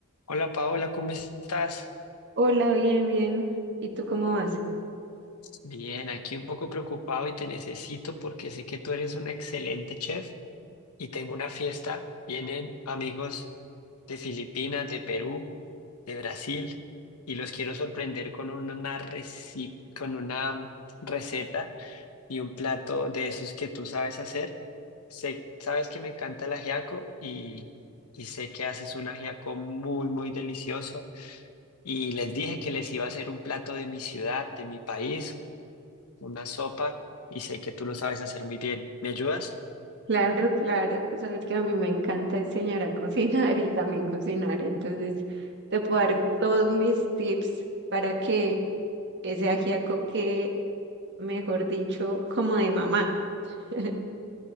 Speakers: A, on the left; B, on the right.
A: Hola Paola, ¿cómo estás?
B: Hola, bien, bien. ¿Y tú cómo vas?
A: Bien, aquí un poco preocupado y te necesito porque sé que tú eres una excelente chef y tengo una fiesta. Vienen amigos de Filipinas, de Perú, de Brasil y los quiero sorprender con una reci- con una receta y un plato de esos que tú sabes hacer. Sé, sabes que me encanta el ajiaco y, y sé que haces un ajiaco muy, muy delicioso. y les dije que les iba a hacer un plato de mi ciudad, de mi país, una sopa, y sé que tú lo sabes hacer muy bien. ¿Me ayudas?
B: Claro, claro. Tú sabes que a mí me encanta enseñar a cocinar y también cocinar. Entonces, te puedo dar todos mis tips para que ese ajiaco quede, mejor dicho, como de mamá. <laughs>